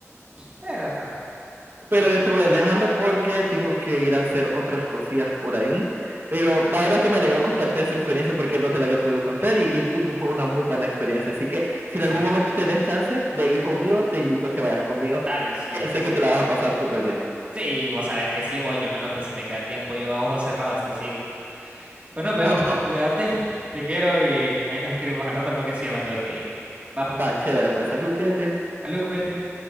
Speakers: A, on the right; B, on the right.
A: Pero, ajá,
B: pero yo te voy dejando porque tengo que ir a hacer otras cosillas por ahí. Pero la verdad es que me alegró contarte esa experiencia porque no te la había podido contar y, y, y pues fue una muy buena experiencia. Así que si en
A: sí,
B: algún momento tenés chance de ir conmigo, te invito a que vayas conmigo
A: dale,
B: porque
A: sí, yo,
B: sé
A: ¿sabes
B: que te la vas
A: qué?
B: a pasar súper bien.
A: Sí, vos sabes que sí, voy, yo me anoto si me queda tiempo, yo a ojos cerrados te sigo. Pues nos vemos,
B: Ah,
A: cuídate, te quiero y ahí nos escribimos al rato porque sí, ya me tengo que ir. Va, pues,
B: va, chévere, pues salud, cuídate.
A: salud, cuídate.